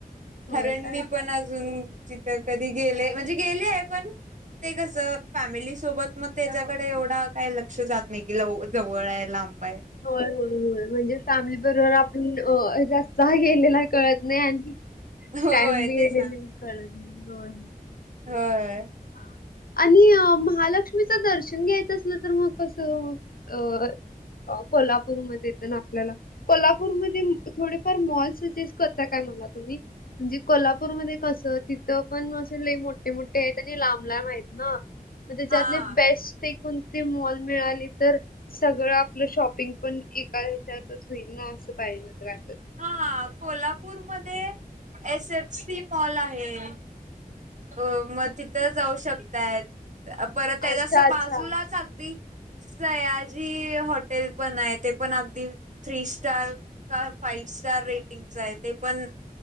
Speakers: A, on the left (about 70°); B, on the right (about 50°).
A: होय
B: कारण
A: काय
B: मी पण अजून तिथं कधी गेले म्हणजे गेले आहे पण, ते कसं फॅमिली सोबत, मग त्याच्याकडे एवढा काही लक्ष जात नाही कि लव जवळ आहे, लांब आहे.
A: होय होय होय, म्हणजे फॅमिली बरोबर आपण जास्त गेलेला कळत नाही आणखी
B: होय
A: टाईम बी
B: तेच
A: गेलेला
B: ना
A: कळत नाही, होय.
B: होय
A: हा. आणि महालक्ष्मीचं दर्शन घ्यायचं असलं तर मग कसं? अं कोल्हापूरमध्ये तर ना आपल्याला कोल्हापूरमध्ये थोडेफार मॉल्स करता काय मला तुम्ही म्हणजे कोल्हापूर मध्ये कसं तिथ पण असे लई मोठे मोठे आहेत. आणि लांब लांब आहेत ना त्याच्यात
B: हा
A: बेस्ट ते कोणते मॉल मिळाली तर सगळं आपलं शॉपिंग पण एका ह्याच्यात होईल न असं पाहिजे होतं वाटत.
B: हा कोल्हापूरमध्ये एस एफ सी मॉल आहे. अ मग तिथं जाऊ शकतायत, परत
A: अच्छा
B: त्याच्या
A: अच्छा.
B: बाजूलाच अगदी सयाजी हॉटेल पण आहे ते पण अगदी थ्री स्टार का फाईव्ह स्टार रेटिंगच आहे ते पण.